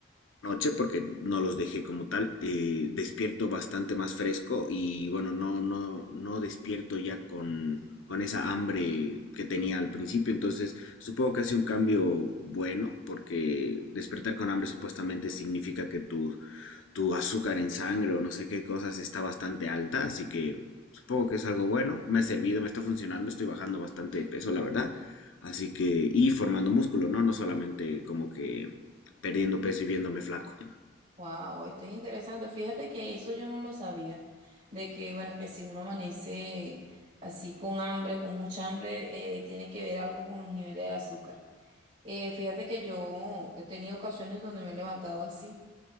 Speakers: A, on the left (about 80°); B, on the right (about 35°).
A: noche porque no los dejé como tal. eh, despierto bastante más fresco y bueno, no, no, no despierto ya con, con esa hambre que tenía al principio. Entonces, supongo que hace un cambio bueno porque despertar con hambre supuestamente significa que tu tu azúcar en sangre o no sé qué cosas está bastante alta, así que supongo que es algo bueno. Me ha servido, me está funcionando, estoy bajando bastante de peso, la verdad. Así que, y formando músculo, ¿no? No solamente como que perdiendo peso y viéndome flaco.
B: Wow, esto es interesante. Fíjate que eso yo no lo sabía. De que, bueno, que si uno amanece así con hambre, con mucha hambre, eh, tiene que ver algo con los niveles de azúcar. Eh, fíjate que yo he tenido ocasiones donde me he levantado así.